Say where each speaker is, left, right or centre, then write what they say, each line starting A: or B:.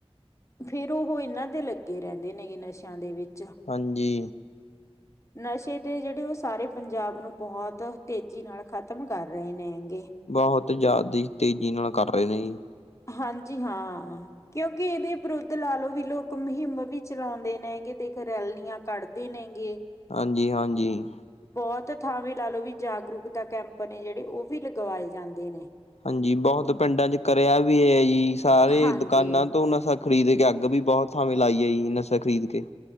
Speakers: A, on the left; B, on the left.
A: ਫੇਰ ਉਹ ਏਨਾਂ ਦੇ ਲੱਗੇ ਰੇਂਦੇ ਨੇਗੇ ਨਸ਼ਿਆਂ ਦੇ ਵਿੱਚ
B: ਹਾਂਜੀ।
A: ਨਸ਼ੇ ਤੇ ਜੇੜੇ ਉਹ ਸਾਰੇ ਪੰਜਾਬ ਨੂੰ ਬਹੁਤ ਤੇਜ਼ੀ ਨਾਲ ਖ਼ਤਮ ਕਰ ਰਹੇ ਨੇ ਹੈਂਗੇ।
B: ਬਹੁਤ ਜ਼ਿਆਦਾ ਹੀ ਤੇਜ਼ੀ ਨਾਲ ਕਰ ਰਹੇ ਨੇ ਜੀ।
A: ਹਾਂਜੀ ਹਾਂ। ਕਿਉਂਕਿ ਏਦੇ ਵਿਰੁੱਧ ਲਾ ਲੋ ਵੀ ਲੋਕ ਮੁਹਿੰਮ ਵੀ ਚਲਾਉਂਦੇ ਨੇਗੇ, ਤੇ ਦੇਖ ਰੈਲੀਆਂ ਕੱਢ ਦੇ ਨੇ ਗੇ।
B: ਹਾਂਜੀ-ਹਾਂਜੀ।
A: ਬੋਤ ਥਾਵੇਂ ਲਾ ਲਓ ਵੀ ਜਾਗਰੂਕਤਾ ਕੈਂਪ ਨੇ ਜੇੜੇ ਓ ਵੀ ਲਗਵਾਏ ਜਾਂਦੇ ਨੇ।
B: ਹਾਂਜੀ, ਬਹੁਤ ਪਿੰਡਾਂ ਚ ਕਰਿਆ ਵੀ ਐ ਜੀ, ਸਾਰੇ
A: ਹਾਂਜੀ
B: ਦੁਕਾਨਾਂ ਤੋਂ ਨਾ ਖਰੀਦ ਕੇ ਅੱਗ ਵੀ ਬਹੁਤ ਥਾਵੇਂ ਲਾਈ ਆਈ, ਨਸ਼ਾ ਖਰੀਦ ਕੇ।